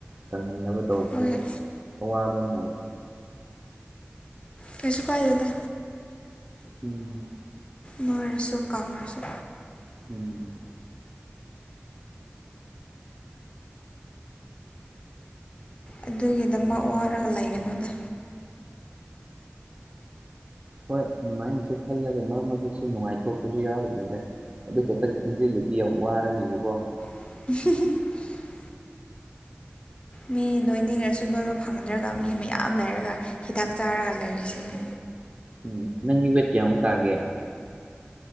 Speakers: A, on the right; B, on the left.
A: ꯀꯪꯍꯟꯅꯕ ꯇꯧꯕꯁꯤꯗ
B: ꯍꯣꯏ
A: ꯑꯋꯥꯕ ꯑꯃ ꯑꯣꯏ
B: ꯀꯁꯨꯀꯑꯗ
A: ꯎꯝ
B: ꯅꯣꯏꯔꯁꯨ ꯀꯥꯡꯈ꯭ꯔꯁꯨ
A: ꯎꯝ
B: ꯑꯗꯨꯒꯤꯗꯃꯛ ꯋꯥꯔꯒ ꯂꯩꯒꯅꯣꯏꯗ
A: ꯍꯣꯏ ꯑꯗꯨꯃꯥꯏꯅꯁꯨ ꯈꯜꯂꯒ ꯃꯔꯝ ꯑꯗꯨꯗꯨꯁꯨ ꯅꯨꯡꯉꯥꯏꯊꯣꯛꯄꯁꯨ ꯌꯥꯎꯔꯤꯅꯦꯗ ꯑꯗꯨ ꯈꯛꯇꯪ ꯈꯟꯖꯤꯜꯂꯗꯤ ꯌꯥꯝ ꯋꯥꯔꯅꯦꯕꯀꯣ
B: <unintelligible> ꯃꯤ ꯅꯣꯏꯅꯤꯡꯉꯁꯨ ꯅꯣꯏꯕ ꯐꯪꯗ꯭ꯔꯒ ꯃꯤ ꯃꯌꯥꯝ ꯂꯩꯔꯒ ꯍꯤꯗꯥꯛ ꯆꯥꯔꯒ ꯂꯩꯔꯤꯁꯤꯅꯤ
A: ꯎꯝ ꯅꯪꯒꯤ ꯋꯦꯠ ꯀꯌꯥꯃꯨꯛ ꯇꯥꯒꯦ